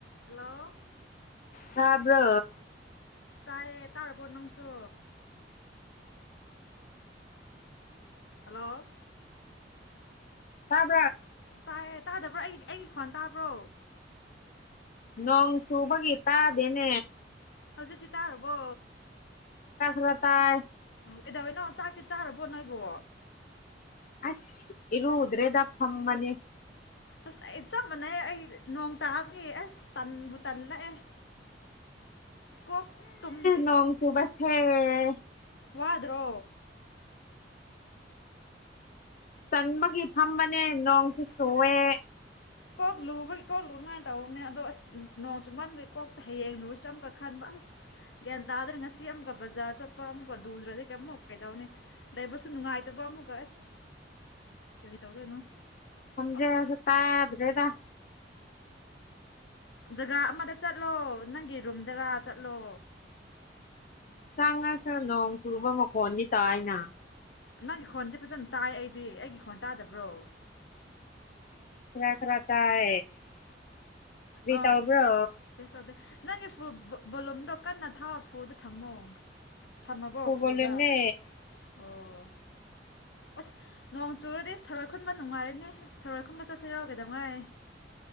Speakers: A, on the left; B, on the left.
A: Hello
B: ꯍꯥꯕ꯭ꯔꯣ
A: ꯇꯥꯏꯌꯦ ꯇꯥꯔꯕꯣ ꯅꯪꯁꯨ ꯍꯜꯂꯣ
B: <unintelligible>
A: ꯇ ꯍꯦ ꯇꯥꯗꯕ꯭ꯔꯣ ꯑꯩ ꯑꯩꯒꯤ ꯈꯣꯟ ꯇꯥꯕ꯭ꯔꯣ
B: ꯅꯣꯡꯪꯁꯨꯨꯕꯒꯤ ꯇꯗꯦꯅꯦ
A: ꯍꯧꯖꯤꯛ ꯊꯤꯇꯥ ꯍꯕ
B: ꯂꯇꯥꯥꯏ
A: ꯎ ꯀꯩꯗꯧꯏꯩꯅꯣ ꯆꯥꯛꯇꯤ ꯆꯥꯔꯔꯕꯣꯠ ꯅ ꯍꯥꯏꯕꯣ
B: ꯑꯁ ꯏꯂ ꯎꯗ꯭ꯔꯦꯗ ꯐꯃꯅꯤ
A: ꯑꯁ ꯑꯩ ꯆꯞ ꯃꯥꯟꯅꯩ ꯑꯩ ꯅꯣꯡ ꯇꯥꯕꯒꯤ ꯑꯁ ꯇꯟꯕꯨ ꯇꯜꯂꯛꯑꯦ ꯀꯣꯛ ꯇꯨꯝꯒꯦ
B: ꯂꯣꯡ ꯆꯨꯕꯁ ꯍꯝ
A: ꯋꯥꯗ꯭ꯔꯣ
B: ꯆꯟꯕꯒꯤ ꯐꯝꯕꯅꯦ ꯅꯣꯡꯁꯨ ꯁꯣꯛꯑꯦ
A: ꯀꯣꯛ ꯂꯨꯕꯒꯤ ꯀꯣꯛ ꯂꯨꯉꯥꯏꯅ ꯇꯧꯕꯅꯦ ꯑꯗꯣ ꯑꯁ ꯅꯣꯡ ꯆꯨꯃꯟꯕꯒꯤ ꯀꯣꯛꯁꯦ ꯍꯌꯦꯡ ꯂꯨꯁꯨ ꯑꯃꯨꯛꯀ ꯈꯟꯕ ꯑꯁ ꯒ꯭ꯌꯥꯟ ꯇꯥꯗ꯭ꯔꯦ ꯉꯁꯤ ꯑꯃꯨꯀ ꯕꯖꯥꯔ ꯆꯠꯄ ꯑꯃꯨꯛꯀ ꯂꯨꯗ꯭ꯔꯗꯤ ꯀꯩꯝꯨꯛ ꯀꯩꯗꯧꯅꯤ ꯂꯩꯕꯁꯨ ꯅꯨꯡꯉꯥꯏꯇꯕ ꯑꯃꯨꯛꯀ ꯑꯁ ꯀꯔꯤ ꯇꯧꯗꯣꯏꯅꯣ
B: ꯁꯖꯦ
A: ꯑꯃꯨꯛꯀ
B: ꯁ ꯇꯥꯏꯕꯗꯦꯗ
A: ꯖꯒꯥ ꯑꯃꯗ ꯆꯠꯂꯣ ꯅꯪꯒꯤ ꯔꯨꯝꯗꯔꯥ ꯆꯠꯂꯣ
B: ꯁꯪ ꯉꯁꯨ ꯅꯣꯡ ꯆꯨꯕ ꯃꯈꯣꯟꯗꯤ ꯇꯥꯅ
A: ꯅꯪꯒꯤ ꯈꯣꯟꯁꯦ ꯐꯖꯅ ꯇꯥꯏ ꯑꯩꯗꯤ ꯑꯩꯒꯤ ꯈꯣꯟ ꯇꯥꯗꯕ꯭ꯔꯣ
B: ꯈ ꯈꯔ ꯇꯑ
A: ꯑꯥ
B: ꯇ ꯑꯣꯕ꯭ꯔꯣ
A: ꯀꯩꯁꯨ ꯇꯧꯗꯦ ꯅꯪꯒꯤ ꯕꯣꯂꯨꯝꯗꯣ ꯀꯟꯅ ꯊꯥ ꯐꯨꯗ ꯊꯝꯃꯣ ꯊꯝꯃꯕꯣ
B: ꯐꯨꯜ
A: ꯐꯣꯗ
B: ꯚꯣꯂꯨꯝꯅꯦ
A: ꯑꯣ ꯑꯁ ꯅꯣꯡ ꯆꯨꯔꯗꯤ ꯑꯁ ꯊꯔꯣꯏ ꯈꯨꯟꯕ ꯅꯨꯡꯉꯥꯏꯔꯤꯅꯦ ꯑꯁ ꯊꯔꯣꯏ ꯈꯨꯟꯕ ꯆꯠꯁꯤ ꯌꯥꯎ ꯀꯩꯗꯧꯉꯥꯏ